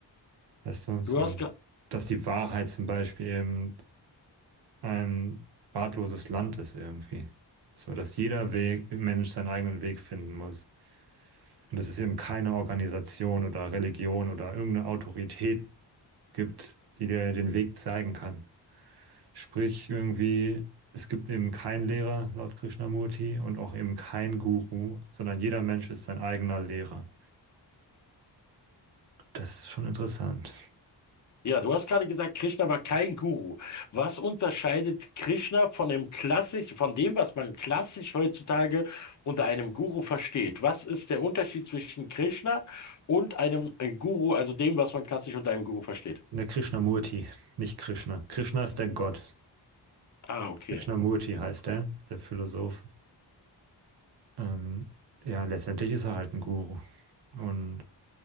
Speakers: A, on the right; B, on the left.
A: Weißt du, so,
B: Du hast, ge-
A: dass die Wahrheit zum Beispiel eben ein wahlloses Land ist irgendwie. So, dass jeder Weg, Mensch seinen eigenen Weg finden muss. Und dass es eben keine Organisation oder Religion oder irgendeine Autorität gibt, die dir den Weg zeigen kann. Sprich, irgendwie, es gibt eben keinen Lehrer laut Krishnamurti und auch eben keinen Guru, sondern jeder Mensch ist sein eigener Lehrer. Das ist schon interessant.
B: Ja, du hast gerade gesagt, Krishna war kein Guru. Was unterscheidet Krishna von dem klassisch, von dem, was man klassisch heutzutage unter einem Guru versteht? Was ist der Unterschied zwischen Krishna und einem äh, Guru, also dem, was man klassisch unter einem Guru versteht?
A: Der Krishnamurti, nicht Krishna. Krishna ist der Gott.
B: Ah, okay.
A: Krishnamurti heißt er, der Philosoph. Ähm, ja, letztendlich ist er halt ein Guru. Und